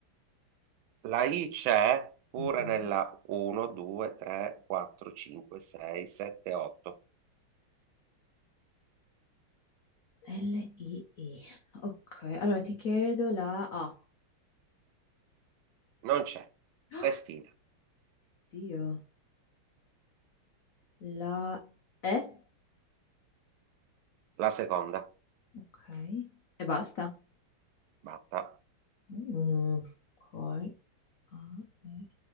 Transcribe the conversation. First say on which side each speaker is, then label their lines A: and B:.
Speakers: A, on the right; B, on the left.
A: La I c'è pure
B: Mhm.
A: nella 1, 2, 3, 4, 5, 6, 7, 8.
B: L-I-I. Ok, allora ti chiedo la A.
A: Non c'è.
B: <gasps>
A: Testina.
B: Dio. La E.
A: La seconda.
B: Ok. E basta.
A: Batta.
B: Mm, ok. A, E.